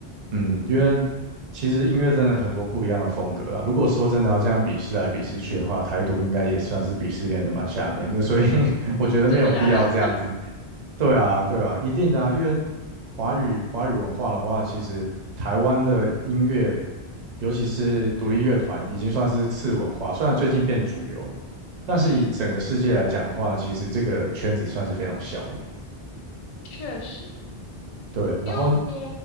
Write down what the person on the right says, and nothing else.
嗯，因为其实音乐真的很多不一样的风格啦。如果说真的要这样鄙视来鄙视去的话，台独应该也算是鄙视链的蛮下面的，所以 <laughs> 我觉得没有必要这样子。
对啊，对啊，一定的啊，因为华语华语文化的话，其实台湾的音乐，尤其是独立乐团，已经算是次文化，虽然最近变主流，
但是以整个世界来讲的话，
其实这个圈子算是非常小的。
对，然后